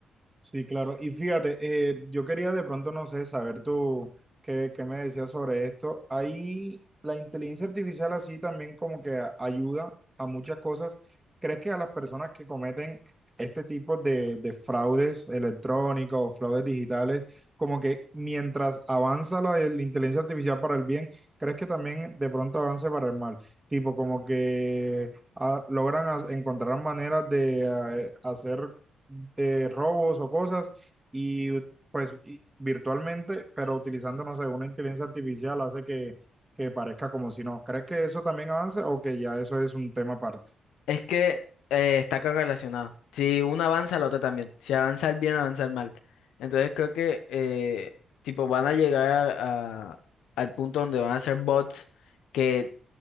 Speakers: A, on the right; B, on the left.
A: Sí, claro. Y fíjate, eh, yo quería de pronto, no sé, saber tú qué, qué me decías sobre esto. Ahí la inteligencia artificial así también como que a- ayuda a muchas cosas. ¿Crees que a las personas que cometen este tipo de, de fraudes electrónicos o fraudes digitales, como que mientras avanza la, la inteligencia artificial para el bien, crees que también de pronto avance para el mal? Tipo, como que ah, logran as- encontrar maneras de eh, hacer eh, robos o cosas y pues y- virtualmente, pero utilizando, no sé, una inteligencia artificial hace que, que parezca como si no. ¿Crees que eso también avance o que ya eso es un tema aparte?
B: Es que eh, está correlacionado. Si uno avanza, la otra también. Si avanza el bien, avanza el mal. Entonces creo que eh, tipo van a llegar a- a- al punto donde van a ser bots. que